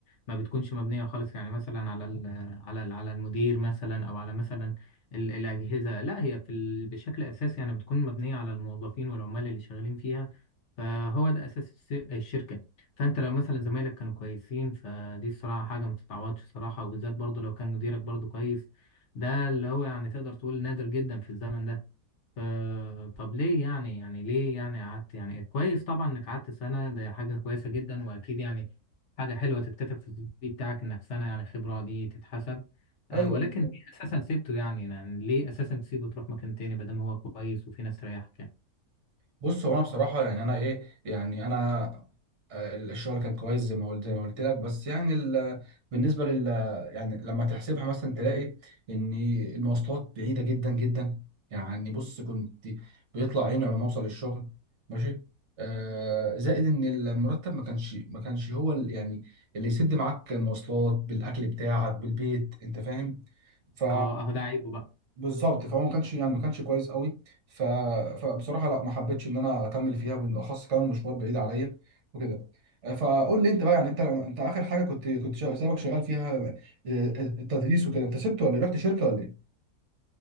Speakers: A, on the left (about 65°); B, on the right (about 55°).
A: ما بتكونش مبنية خالص يعني مثلا على ال على ال على المدير مثلا او على مثلا ال الأجهزة لا هي في ال بشكل اساسي يعني بتكون مبنية على الموظفين والعمال اللي شغالين فيها فهو ده اساس الس- الشركة فانت لو مثلا زمايلك كانوا كويسين فدي الصراحة حاجة ما تتعوضش صراحة وبالذات برضه لو كان مديرك برضه كويس ده اللي هو يعني تقدر تقول نادر جدا في الزمن ده آه طب ليه يعني يعني ليه يعني قعدت يعني كويس طبعا انك قعدت سنة ده حاجة كويسة جدا واكيد يعني حاجة حلوة تتكتب في السي في بتاعك انك سنة يعني خبرة دي تتحسب آه
B: ايوه
A: ولكن ليه اساسا سيبته يعني, يعني ليه اساسا تسيبه تروح مكان تاني ما دام هو كويس وفي ناس تريحك يعني
B: بص هو انا بصراحه يعني انا ايه يعني انا آه، الشغل كان كويس زي ما قلت زي ما قلت لك بس يعني ال... بالنسبه لل يعني لما تحسبها مثلا تلاقي ان المواصلات بعيده جدا جدا يعني بص كنت بيطلع عيني لما اوصل للشغل ماشي آه زائد ان المرتب ما كانش ما كانش هو ال- يعني اللي يسد معاك المواصلات بالاكل بتاعك بالبيت انت فاهم ف
A: اه اهو ده عيبه بقى
B: بالظبط فهو ما كانش يعني ما كانش كويس قوي ف... فبصراحه لا ما حبيتش ان انا اكمل فيها بالاخص كمان مشوار بعيد عليا وكده آه، فقول لي انت بقى يعني انت انت اخر حاجه كنت كنت شا- سابك شغال فيها آه، التدريس وكده انت سبت ولا إيه؟ رحت شركه ولا ايه؟